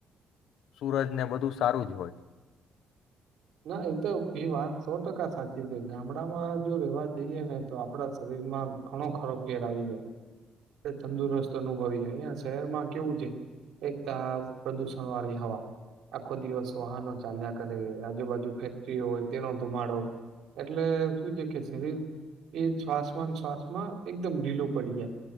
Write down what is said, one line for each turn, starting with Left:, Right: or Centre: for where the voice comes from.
Left: સુરજ ને બધું સારું જ હોય
Right: ના એ તો એ વાત સો ટકા સાચી છે ગામડામાં જો રેવા જઈએ ને તો આપડા શરીરમાં ઘણો ખરો ફેર આવી જાય તંદુરસ્ત અનુભવી અહિયાં શહેરમાં કેવું છે એક તો આ પ્રદુષણ વાળી હવા આખો દિવસ વાહનો ચાલ્યા કરે. આજુબાજુ ફેક્ટરી હોય તેનો ધુમાડો એટલે શું છે કે શરીર એ શ્વાસમાંન શ્વાસમાં એકદમ ઢીલું પડી જાય